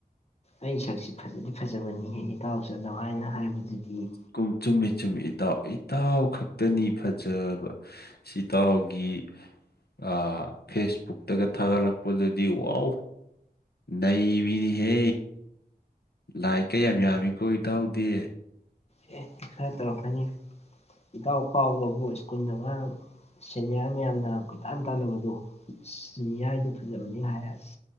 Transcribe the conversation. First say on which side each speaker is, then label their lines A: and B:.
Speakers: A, on the left; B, on the left.
A: ꯑꯩ ꯁꯛꯁꯤ ꯐꯖꯗꯤ ꯐꯖꯕꯅꯤꯍꯦꯛ ꯏꯇꯥꯎꯁꯨ ꯑꯗꯨꯍꯥꯏꯅ ꯍꯥꯏꯕꯗꯨꯗꯤ
B: ꯀꯨ ꯆꯨꯝꯃꯤ ꯆꯨꯝꯃꯤ ꯏꯇꯥꯎ ꯏꯇꯥꯎ ꯈꯛꯇꯅꯤ ꯐꯖꯕ ꯁꯤꯇꯥꯎꯒꯤ ꯑꯥ ꯐꯦꯁꯕꯨꯛꯇꯒ ꯊꯥꯒꯠꯂꯛꯄꯗꯗꯤ ꯋꯥꯎ ꯅꯩꯕꯤꯅꯤꯍꯦ ꯂꯥꯏ ꯀ ꯌꯥꯝ ꯌꯥꯝꯃꯤ ꯀꯣ ꯏꯗꯥꯎꯗꯤ
A: ꯑꯦ ꯈꯔ ꯇꯧꯔꯛꯀꯅꯤ ꯏꯇꯥꯎ ꯀꯥꯎꯒꯔꯕꯣ ꯁ꯭ꯀꯨꯜꯗ ꯉꯔꯥꯡ ꯁꯦꯅꯤꯌꯥꯔ ꯃꯌꯥꯝꯅ ꯀꯣꯏꯇꯥꯟ ꯇꯥꯟꯅꯕꯗꯣ ꯖꯨꯅꯤꯌꯥꯔꯗꯨ ꯐꯖꯕꯅꯤ ꯍꯥꯏꯁ